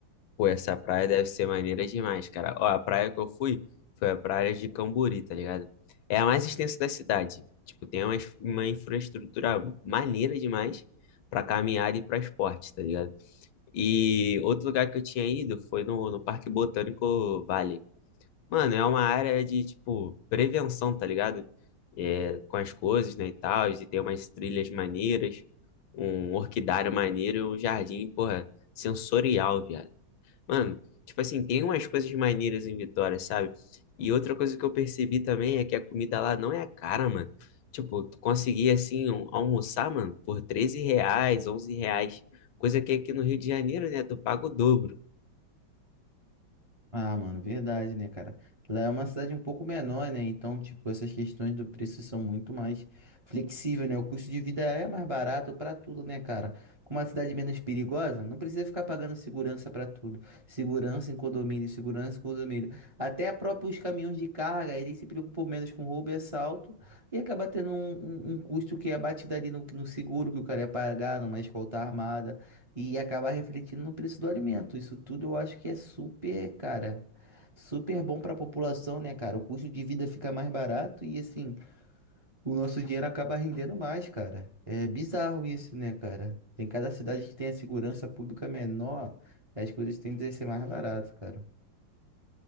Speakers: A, on the left; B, on the right.
A: Pô, essa praia deve ser maneira demais, cara. Ó, a praia que eu fui foi a praia de Cambori, tá ligado? É a mais extensa da cidade. Tipo, tem uma, uma infraestrutura maneira demais pra caminhada e pra esporte, tá ligado? E outro lugar que eu tinha ido foi no, no Parque Botânico Vale. Mano, é uma área de, tipo, prevenção, tá ligado? É, com as coisas, né, e tal. E tem umas trilhas maneiras, um orquidário maneiro e um jardim, porra, sensorial, viado. Mano, tipo assim, tem umas coisas maneiras em Vitória, sabe? E outra coisa que eu percebi também é que a comida lá não é cara, mano. Tipo, tu conseguia assim um- almoçar, mano, por 13 reais, 11 reais. Coisa que aqui no Rio de Janeiro, né, tu paga o dobro.
B: Ah, mano, verdade, né, cara? Lá é uma cidade um pouco menor, né? Então, tipo, essas questões do preço são muito mais flexíveis, né? O custo de vida é mais barato pra tudo, né, cara? Com uma cidade menos perigosa, não precisa ficar pagando segurança pra tudo. Segurança em condomínio, segurança em condomínio. Até a própria os caminhões de carga, eles se preocupam menos com roubo e assalto e acaba tendo um, um- um custo que é abatido ali no, no seguro que o cara ia pagar, numa escolta armada e acabar refletindo no preço do alimento. Isso tudo eu acho que é super, cara, super bom para a população, né, cara? O custo de vida fica mais barato e assim, o nosso dinheiro acaba rendendo mais, cara. É bizarro isso, né, cara? Tem cada cidade que tem a segurança pública menor, as coisas tendem a ser mais barato, cara.